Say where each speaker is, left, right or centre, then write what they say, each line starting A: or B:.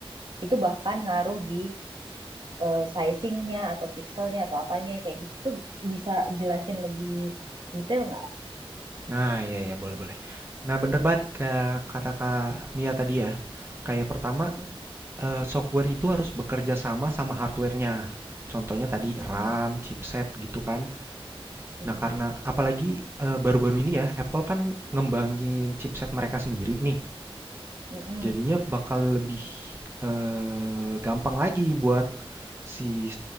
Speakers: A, on the right; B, on the right.
A: itu bahkan ngaruh di eh, sizingnya atau pixelnya atau apanya kayak gitu tuh bisa jelasin lebih detail nggak?
B: Nah, ya ya boleh boleh. Nah, bener banget ke- kata Kak Mia tadi ya. Kayak pertama
A: Mm-mm,
B: Eee, software itu harus bekerja sama sama hardware-nya. Contohnya tadi
A: mm-mm,
B: RAM, chipset gitu kan.
A: mm-mm,
B: Nah, karena apalagi, eee, baru-baru ini ya Apple kan ngembangin chipset mereka sendiri nih.
A: mm-mm,
B: Jadinya bakal lebih, eee, gampang lagi buat si